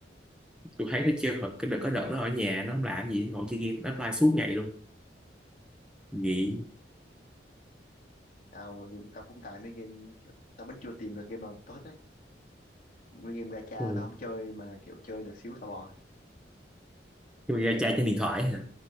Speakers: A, in the centre; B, on the left (about 45°).
A: tôi thấy nó chơi hồi- cái đợt có đợt nó ở nhà nó không làm gì ngồi chơi game nó offline suốt ngày luôn nghiện
B: tao tao cũng tại mấy game kiểu- tao vẫn chưa tìm được game nào tốt đấy mấy game gacha
A: ừ.
B: tao không chơi mà kiểu chơi được xíu là tao bỏ Là
A: nhưng mà
B: mấy
A: ra
B: game
A: trai trên điện thoại hả